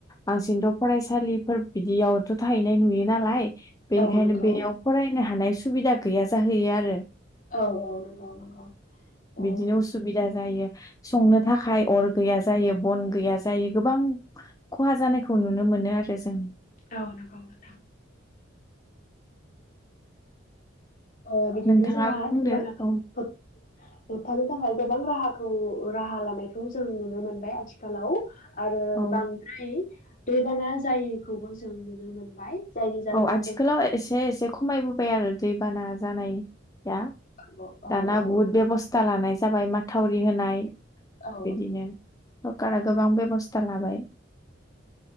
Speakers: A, on the left (about 20°); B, on the left (about 45°).
A: बांसिनथ' फरायसालिफोर बिदियावथ' थाहैनाय नुयो नालाय बेनिखायनो
B: औ नंगौ
A: बेयाव फरायनो हानाय सुबिदा गैया जाहैयो आरो
B: औ औ नंगौ नंगौ ओ
A: बिदिनो उसुबिदा जायो संनो थाखाय अर गैया जायो बन गैया जायो गोबां खहा जानायखौ नुनो मो मोनो आरो जों
B: औ नंगौ नोंथां ओ बिदिनो
A: नोंथाङा
B: जोंहा
A: बुंदो
B: दैबाना खौ
A: औ
B: होबथानो थाखाय गोबां राहाखौ राहा लानायखौ जों नुनो मोनबाय आथिखालाव आरो
A: औ
B: बांद्राय दैबाना जायैखौबो जों नुनो मोनबाय जायनि जाहोनाव
A: औ आथिखालाव
B: जों
A: एसे एसे खमायबोबाय आरो दैबाना जानाय दा
B: औ औ
A: दाना
B: औ
A: बुहुद बेब'स्था लानाय जाबाय माथावरि होनाय
B: औ
A: बिदिनो सरकारा
B: औ
A: गोबां बेब'स थां लाबाय